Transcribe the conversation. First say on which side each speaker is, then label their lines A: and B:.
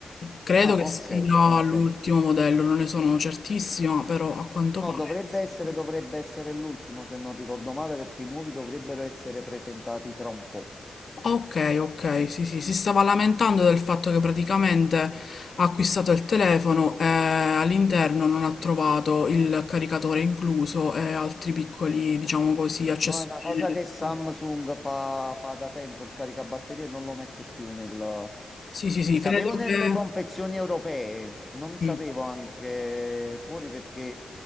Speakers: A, on the left; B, on the left.
A: Credo
B: Ah,
A: che sia
B: ok, ok.
A: l'ultimo modello, non ne sono certissima, però a quanto
B: No,
A: pare
B: dovrebbe
A: sì.
B: essere, dovrebbe essere l'ultimo, se non ricordo male, perché i nuovi dovrebbero essere presentati tra un po'.
A: Ok, ok, sì, sì, si stava lamentando del fatto che praticamente ha acquistato il telefono e all'interno non ha trovato il caricatore incluso e altri piccoli, diciamo così, accessori.
B: No, è una cosa
A: di resto.
B: che Samsung fa, fa da tempo, il caricabatterie non lo mette più nel...
A: Sì, sì, sì,
B: Sapevo
A: credo
B: nelle
A: che...
B: confezioni europee, non sapevo
A: Mm.
B: anche fuori perché